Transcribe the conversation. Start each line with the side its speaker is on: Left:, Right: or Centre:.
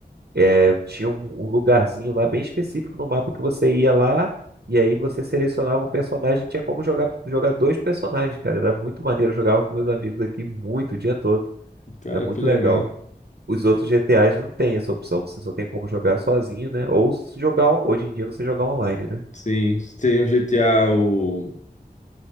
Right: é, tinha um, um lugarzinho lá bem específico no mapa que você ia lá e aí você selecionava um personagem, e tinha como jogar, jogar dois personagens, cara. Era muito maneiro, eu jogava com meus amigos aqui muito o dia todo.
Left: Cara,
Right: Era muito
Left: que legal.
Right: legal. Os outros GTAs não tem essa opção, você só tem como jogar sozinho, né? Ou se jogar, hoje em dia você jogar online, né?
Left: Sim, tem o GTA, o